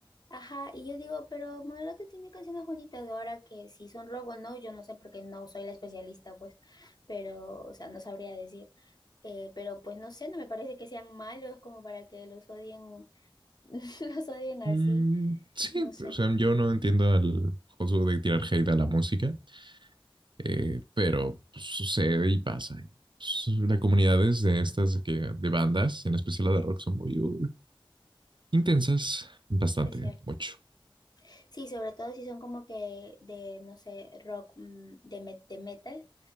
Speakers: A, on the left (about 45°); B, on the right (about 55°).
A: ajá, y yo digo, pero Moderote tiene canciones bonitas, ahora que si son rock o no, yo no sé porque no soy la especialista, pues, pero, o sea, no sabría decir, eh, pero pues no sé, no me parece que sean malos como para que los odien, <laughs> los odien así,
B: Mm, sí,
A: no sé,
B: o sea, yo no entiendo al juego de tirar hate a la música. Eh, pero pues, sucede y pasa. Y, pues, las comunidades de estas de, que, de bandas, en especial la de rock, son muy uh, intensas, bastante,
A: es cierto.
B: mucho.
A: Sí, sobre todo si son como que de, no sé, rock, mm, de, me- de metal,